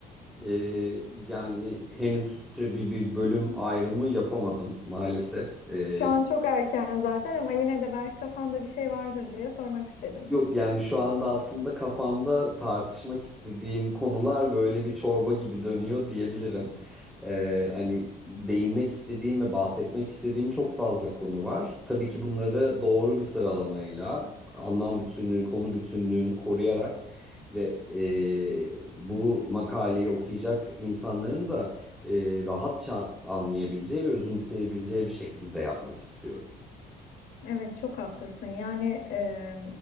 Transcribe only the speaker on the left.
Şu an çok erken zaten ama yine de belki kafanda bir şey vardır diye sormak istedim.
Evet çok haklısın. Yani e,